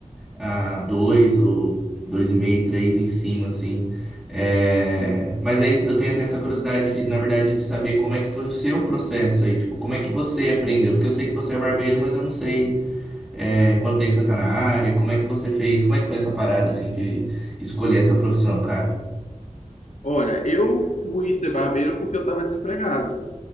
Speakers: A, in the centre; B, on the left.
A: a dois ou dois e meio, três em cima, assim. É, Mas aí eu tenho até essa curiosidade
B: Sim.
A: de, na verdade, de saber como é que foi o seu processo aí, tipo, como é que você aprendeu? Porque eu sei que você é barbeiro, mas eu não sei é, quanto tempo você tá na área, como é que você fez, como é que foi essa parada assim de escolher essa profissão, cara?
B: Olha, eu fui ser barbeiro porque eu estava desempregado.